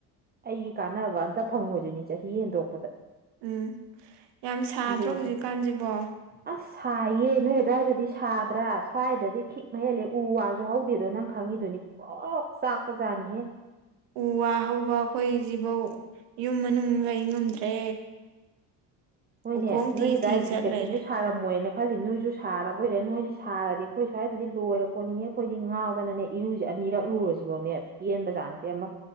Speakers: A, on the right; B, on the right.
A: ꯑꯩꯒꯤ ꯀꯥꯟꯅꯕ ꯑꯝꯇ ꯐꯪꯉꯣꯏꯗꯣꯏꯅꯤ ꯆꯍꯤ ꯍꯦꯟꯗꯣꯛꯄꯗ
B: ꯎꯝ ꯌꯥꯝ ꯁꯥꯗ꯭ꯔꯣ
A: ꯂꯨꯕ
B: ꯍꯧꯖꯤꯛꯀꯥꯟꯁꯤꯕꯣ
A: ꯑꯁ ꯁꯥꯏꯌꯦ ꯅꯣꯏ ꯑꯗꯨꯋꯥꯏꯗꯗꯤ ꯁꯥꯕ ꯇ꯭ꯔꯥ ꯁ꯭ꯋꯥꯏꯗꯗꯤ ꯈꯤꯛꯅ ꯍꯦꯜꯂꯦ ꯎ ꯋꯥꯁꯨ ꯍꯧꯗꯦꯗꯣ ꯅꯪ ꯈꯪꯉꯤꯗꯨꯅꯤ ꯄꯔꯣꯛ ꯄꯔꯣꯛ ꯆꯥꯛꯄꯖꯠꯅꯤ
B: ꯎ ꯋꯥ ꯍꯧꯕ ꯑꯩꯈꯣꯏꯁꯤꯐꯧ ꯌꯨꯝ ꯃꯅꯨꯡ ꯂꯩ ꯉꯝꯗ꯭ꯔꯦ
A: ꯍꯣꯏꯅꯦ
B: ꯎꯈꯣꯡ ꯊꯤ
A: ꯅꯣꯏꯒꯤ ꯑꯗꯨꯋꯥꯢꯗꯨꯗꯤ
B: ꯊꯤ ꯆꯠ
A: ꯀꯩꯁꯨꯨꯝ
B: ꯂꯩꯔꯦ
A: ꯁ ꯁꯥꯔꯝꯃꯣꯏꯅ ꯈꯜꯂꯤ ꯅꯣꯏꯁꯨ ꯁꯥꯔꯕꯣꯏꯔꯦ ꯅꯣꯏꯅ ꯁꯥꯔꯗꯤ ꯑꯩꯈꯣꯏ ꯁ꯭ꯋꯥꯏꯗꯗꯤ ꯂꯣꯏꯔ ꯄꯣꯠꯅꯤꯉꯦ ꯑꯩꯈꯣꯏꯗꯤ ꯉꯥꯎꯗꯅꯅꯦ ꯏꯔꯨꯁꯦ ꯑꯅꯤꯔꯛ ꯂꯨꯔꯁꯤꯐꯥꯎꯅꯦ ꯄꯦꯟꯕꯖꯥꯠ ꯅꯠꯇꯦ ꯑꯃ